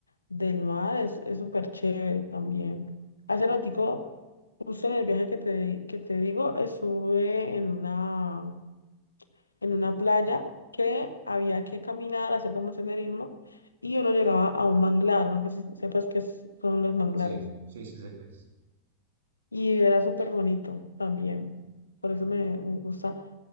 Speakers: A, on the left; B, on the right.
A: del mar es, es súper chévere también. Hace ratico, justo en el viaje que te, di- que te digo, estuve en una, en una playa que había que caminar, hacer como senderismo, y uno llegaba a un manglar, no sé si sepas qué es- son los manglares,
B: Sí, sí, sí, sé que es
A: y era súper bonito también, por eso me, me gusta.